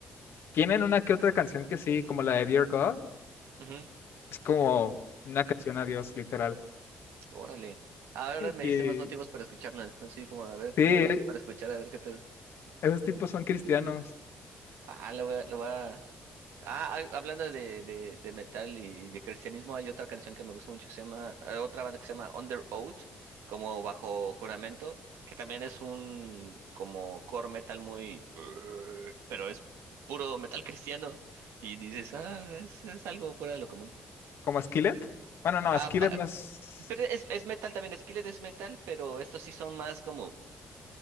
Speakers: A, on the left; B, on the right.
A: tienen una que otra canción que sí, como la de Dear God,
B: Ujú.
A: es como una canción a Dios, literal.
B: Órale. Ahora me
A: Y-
B: diste más motivos para escucharla. Así como, a ver,
A: Sí,
B: nada más para escuchar, a ver qué pedo.
A: Esos tipos son cristianos,
B: Ah, lo voy a, lo voy a... Ah, hay- hablando de, de, de metal y de cristianismo, hay otra canción que me gusta mucho que se llama, eh, otra banda que se llama Under Oath, como bajo juramento, que también es un como core metal muy, pero es puro metal cristiano. Y dices, ah, es, es algo fuera de lo común.
A: como Skillet. Bueno, no,
B: ah
A: Skillet más,
B: Pero es, es metal también, Skillet es metal, pero estos sí son más como...